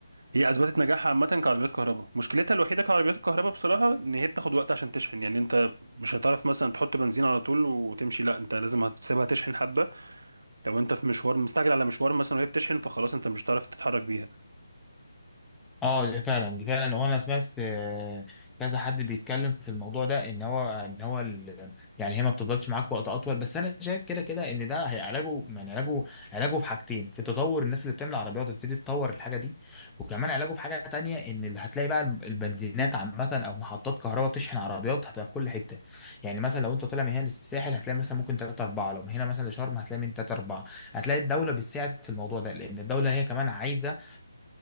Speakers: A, on the right; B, in the centre.
A: هي اثبتت نجاحها عامه كعربيات كهرباء مشكلتها الوحيده كعربيات الكهرباء بصراحه ان هي بتاخد وقت عشان تشحن يعني انت مش هتعرف مثلا تحط بنزين على طول وتمشي لا انت لازم هتسيبها تشحن حبه لو انت في مشوار مستعجل على مشوار مثلا وهي بتشحن فخلاص انت مش هتعرف تتحرك بيها
B: اه دي فعلا دي فعلا هو انا سمعت آه، كذا حد بيتكلم في الموضوع ده ان هو ان هو ال- يعني هي ما بتفضلش معاك وقت اطول بس انا شايف كده كده ان ده هي علاجه يعني علاجه علاجه في حاجتين في تطور الناس اللي بتعمل عربيات تبتدي تطور الحاجه دي وكمان علاجه في حاجه تانية ان اللي هتلاقي بقى البنزينات عامه او محطات كهرباء بتشحن عربيات هتبقى في كل حته يعني مثلا لو انت طالع من هنا للساحل هتلاقي مثلا ممكن 3 4 لو من هنا مثلا لشرم هتلاقي من 3 4 هتلاقي الدوله بتساعد في الموضوع ده لان الدوله هي كمان عايزه